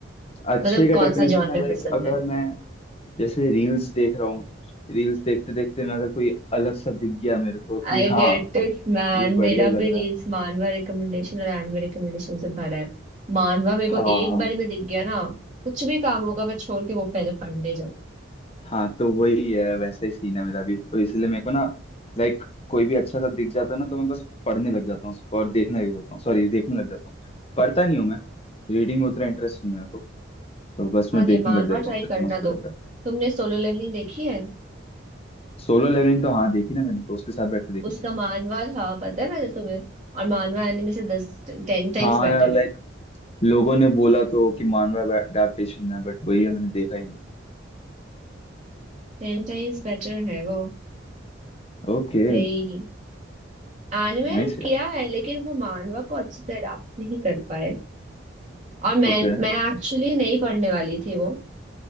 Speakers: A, on the left; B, on the right.
A: अच्छे
B: मतलब
A: का
B: कौन
A: डेफिनेशन
B: सा जॉनर
A: है लाइक
B: पसंद
A: अगर
B: है
A: मैं जैसे रील्स देख रहा हूँ रील्स देखते देखते मैं अगर कोई अलग सा दिख गया मेरे को कि
B: आई
A: हाँ
B: गेट इट मैन
A: ये बढ़िया
B: मेरा
A: लग
B: भी रील्स
A: रहा है
B: मानवा रिकमेंडेशन और एनिमे रिकमेंडेशन से भरा है मानवा मेरे
A: हाँ
B: को एक बार में दिख गया ना कुछ भी काम होगा मैं छोड़ के वो पहले पढ़ने जाऊंगी
A: हाँ तो वही है वैसा ही सीन है मेरा भी तो इसलिए मेरे को ना लाइक कोई भी अच्छा सा दिख जाता है ना तो मैं बस पढ़ने लग जाता हूँ उसको और देखने लग जाता हूँ सॉरी देखने लग जाता हूँ पढ़ता नहीं हूँ मैं रीडिंग में उतना इंटरेस्ट नहीं है मेरे को तो बस मैं
B: अरे
A: देखने
B: मानवा
A: लग जाता
B: ट्राई
A: हूँ फिर
B: करना
A: मस्त
B: दो
A: रहता है
B: तुमने सोलो लेवलिंग देखी है
A: सोलो लेवलिंग तो हाँ देखी ना मैंने तो उसके साथ बैठ के देखी
B: उसका
A: थी
B: मानवा था पता है मैंने तुम्हें और मानवा एनिमे से दस टेन टाइम्स
A: हाँ
B: बेटर
A: यार लाइक
B: है
A: लोगों ने बोला तो कि मानव अडेप्टेशन है बट वही है मैंने देखा ही नहीं
B: टेन टाइम्स बेटर है वो
A: ओके
B: भाई एनिमे
A: नाइस यार
B: किया है लेकिन वो मानवा को अच्छे से अडाप्ट नहीं कर पाए और मैं
A: ओके
B: मैं एक्चुअली नहीं पढ़ने वाली थी वो